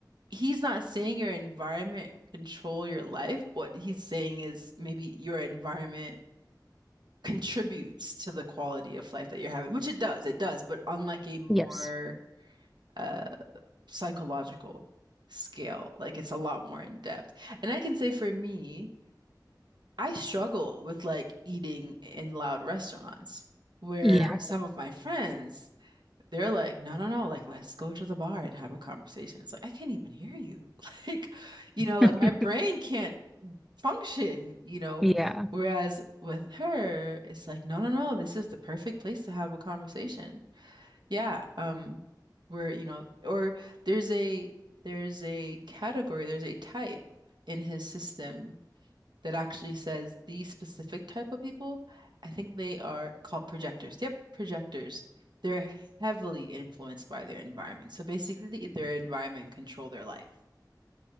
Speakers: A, on the right; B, in the centre.
A: he's not saying your environment control your life. What he's saying is maybe your environment contributes to the quality of life that you're having, which it does, it does, but unlike a more
B: Yes.
A: uh, psychological scale. Like it's a lot more in depth. And I can say for me, I struggle with like eating in loud restaurants where
B: Yeah.
A: some of my friends, they're like, no, no, no, like let's go to the bar and have a conversation. It's like, I can't even hear you. <laughs> Like, you know, like
B: <laughs>
A: my brain can't function, you know.
B: Yeah.
A: Whereas with her, it's like, no, no, no, this is the perfect place to have a conversation. Yeah, um, where you know, or there's a there's a category, there's a type in his system that actually says these specific type of people. I think they are called projectors. Yep, projectors. They're heavily influenced by their environment. So basically, their environment control their life.